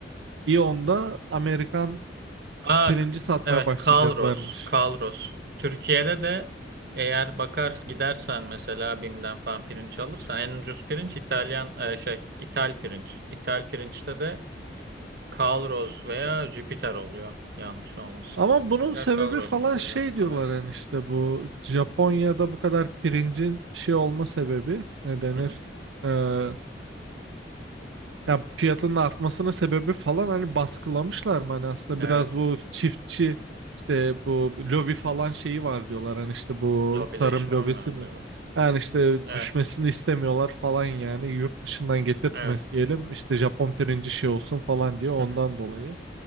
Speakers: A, on the right; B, on the right.
A: İyon'da Amerikan
B: Aa,
A: pirinci
B: k-
A: satmaya
B: evet
A: başlayacaklarmış.
B: Kalros. Kalros. Türkiye'de de eğer bakar gidersen mesela BİM'den falan pirinç alırsan en ucuz pirinç İtalyan e, şey İtal pirinç. İtal pirinçte de Kalros veya Jüpiter oluyor yanlış olmasın.
A: Ama
B: Jüpiter
A: bunun sebebi
B: Kalros
A: falan
B: mu oluyor
A: şey diyorlar
B: Amerika?
A: yani işte bu Japonya'da bu kadar pirincin şey olma sebebi ne denir?
B: Hı hı.
A: Ee, ya fiyatının artmasının sebebi falan hani baskılamışlar mı? Hani aslında
B: Evet.
A: biraz bu çiftçi işte bu lobi falan şeyi var diyorlar hani işte bu
B: Lobileşme
A: tarım lobisi
B: mi var
A: mi?
B: diyorlar.
A: Yani işte
B: Evet,
A: düşmesini istemiyorlar falan yani yurt dışından getirtmeyelim
B: evet.
A: işte Japon pirinci şey olsun falan diye ondan
B: Hı hı.
A: dolayı.